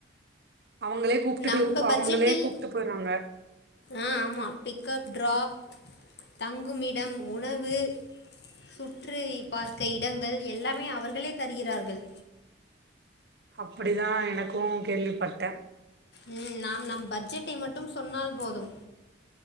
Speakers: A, on the right (about 55°); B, on the left (about 60°).
A: அவங்களே கூப்ட்டுட்டு
B: நம்ப பட்ஜெட்டில்
A: அவங்களே கூப்ட்டு போய்றாங்க
B: ஆ ஆமா பிக்கப் ட்ராப் தங்குமிடம் உணவு சுற்றி பார்க்க இடங்கள் எல்லாமே அவர்களே தருகிறார்கள்
A: அப்படி தா எனக்கு கேள்விப்பட்ட
B: ம் நாம் நம் பட்ஜெட்டை மட்டும் சொன்னால் போதும்